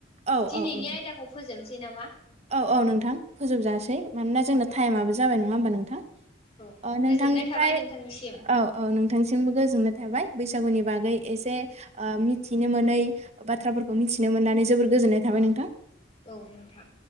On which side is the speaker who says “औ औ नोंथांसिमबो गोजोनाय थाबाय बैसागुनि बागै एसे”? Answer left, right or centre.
Right